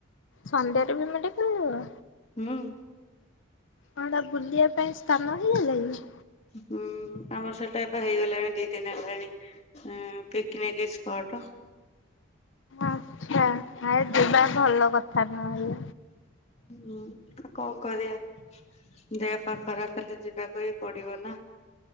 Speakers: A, on the left; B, on the left.
A: ସନ୍ଧ୍ୟାରେ ବି ମେଡିକାଲ ଯିବ?
B: ହଁ।
A: ହେଟା ବୁଲିବା ପାଇଁ ସ୍ଥାନ ହେଇଗଲାକି?
B: ହୁଁ ଆମର ସେଟା ଏବେ ହେଇଗଲାଣି ଦି ଦିନ ହେଲାଣି ପିକନିକ ଅଟ।
A: ଆଛା ଆରେ ଯିବା ଭଲ କଥା ନୁହ ହେଲେ।
B: ହୁଁ କଣ କରିବା? ଦେହ ପା ଖରାପ ହେଲେ ଯିବାକୁ ହି ପଡିବ ନା।